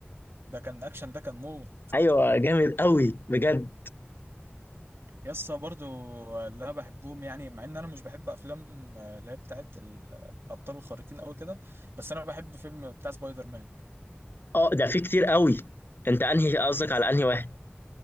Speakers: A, on the right (about 65°); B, on the left (about 55°).
A: ده كان اكشن ده كان موت
B: ايوه جامد قوي بجد
A: يسا برضو اللي انا بحبهم يعني مع ان انا مش بحب افلام آه، اللي هي بتاعت ال- الابطال الخارقين قوي كده بس انا بحب فيلم بتاع سبايدر مان
B: اه ده في كتير قوي انت انهي قصدك
A: س-
B: على انهي واحد